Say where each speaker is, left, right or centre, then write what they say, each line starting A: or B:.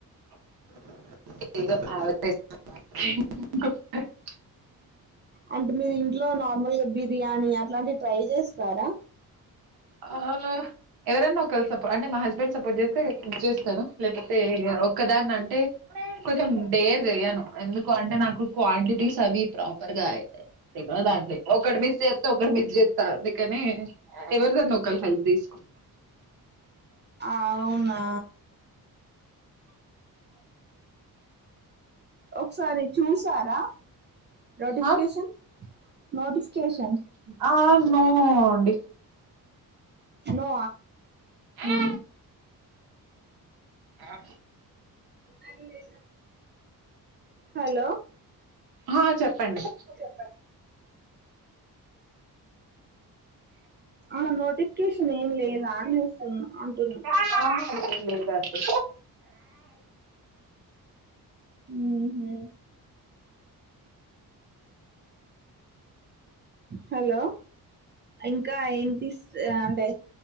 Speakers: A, on the right; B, on the right.
A: ఇ
B: అంటే మీరు ఇంట్లో నార్మల్గా బీ బిర్యాని ఇలాంటి ట్రై చేస్తారా
A: ఆ ఎవరైన్నా ఒక సపోర్ట్ అంటే మా హస్బెండ్ సపోర్ట్ చేస్తే చేస్తారు లేకపోతే కదా అండి అంటే కొంచెం డేర్ చేయను ఎందుకు అంటే నాకు క్వాంటిటీస్ అవి ప్రాపర్ గా అయయిదాం ఒకటి మిస్ చేస్తే ఒక మిస్ చెత్తాందుకనే ఎవరి ద లోకల్ హెల్త్ తీసుకో
B: అవునా ఒకసారి చూసారా నోటిఫికేషన్
A: ఆ
B: నోటిఫికేషన్
A: ఆ నో అండి
B: ను
A: ఆ ఆ
B: అ హలో
A: ఆ చెప్పండి
B: చెప్ప ఆ నోటిఫికేషన్ ఏమి లేదా అని చూస్తున్నా అంటున్నా
A: ఆహా ఏం లేదండి
B: ఊహూ హలో ఇంకా ఏంటి అంటే